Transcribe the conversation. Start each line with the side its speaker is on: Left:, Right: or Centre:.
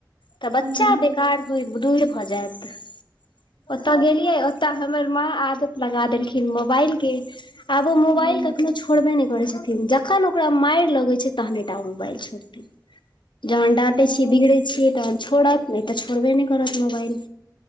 Left: तऽ बच्चा
Right: हँ हँ
Left: बेकार होइ दूर भऽ जायत ओतय गेलियै तऽ हमर माँ आदत लगा देलखिन मोबाइल के आब ओ मोबाइल
Right: हँ हँ
Left: कखनो छोड़बे नहि करै छथिन जखन ओकरा मारि लगै छै तहनेटा ओ मोबाइल छोड़तन जहन
Right: हँ
Left: डाँटे छियै बिगड़ै छियै तहन छोड़त नहि तऽ छोड़बे नहि करत मोबाइल